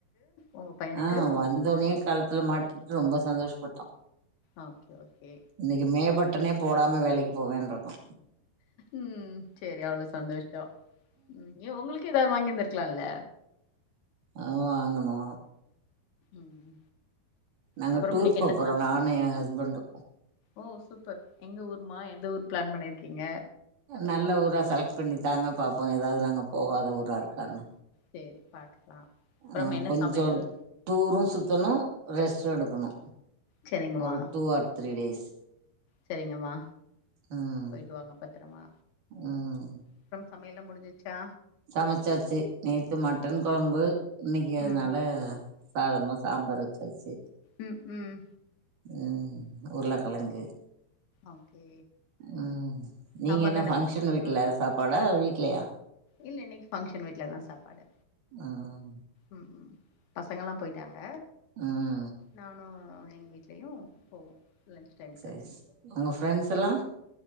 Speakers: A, on the left; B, on the right.
A: உங்க பையனுக்கு
B: ஆ
A: புடிச்சிருந்துச்சா
B: வந்தோனே கழுத்துல மாட்டி ரொம்ப சந்தோஷப்பட்டா
A: ஓகே ஓகே
B: இன்னைக்கு மே பட்டனே போடாம வேலைக்கு போவேன்ருக்கா
A: ம் செரி அவ்ளோ சந்தோஷ ம் ஏ ஒங்களுக்கு ஏதாது வாங்கிருந்திரு க்கலால
B: அ வாங்குணோ
A: ம்
B: நாங்க
A: அப்புறம்
B: டூர்
A: இன்னைக்கு
B: போ
A: என்ன
B: போறோ
A: சம்
B: நானு எ ஹஸ்பண்டு
A: ஓ சூப்பர் எங்க ஊருமா எந்த ஊர் பிளான் பண்ணிருக்கீங்க
B: நல்ல ஊரா செலக்ட் பண்ணி தாங்க பாப்போ எதாவது நாங்க போவாத ஊரா இருக்கான்னு
A: செரி பாக்கலா அப்பறம்
B: ஆ
A: என்ன
B: கொஞ்சோ
A: சமையல்
B: டூரு சுத்தணு ரெஸ்ட்டு எடுக்கணு
A: சரிங்கம்மா
B: ஒரு டூ ஆர் த்ரீ டேஸ்
A: சேரிங்கம்மா
B: ம்
A: போயிட்டு வாங்க பத்தரமா
B: ம்
A: அப்பறம் சமையல்ல முடிஞ்சுருச்சா
B: சமைச்சாச்சி நேத்து மட்டன் கொழம்பு இன்னைக்கு அதுனால
A: ம்
B: சாதாரணம சாம்பார் வச்சாச்சு
A: ம் ம்
B: ம் உருளக்கெழங்கு
A: ஓகே
B: ம் நீங்க
A: சாம்பார்ல
B: என்ன பங்க்ஷன்
A: வெஜிடபிள்ஸ்லா
B: வீட்டுல சாப்பாடா வீட்லயா
A: இல்ல இன்னைக்கு ஃபங்க்ஷன் வீட்டு்லதா சாப்பாடு
B: ம்
A: ம் ம் பசங்கல்லா போயிட்டாங்க
B: ம்
A: நானு எங்க வீட்லயு போவோ லன்ச் டைமுக்கு
B: செரரி செ உங்க ஃரெண்ட்ஸ்ல்லா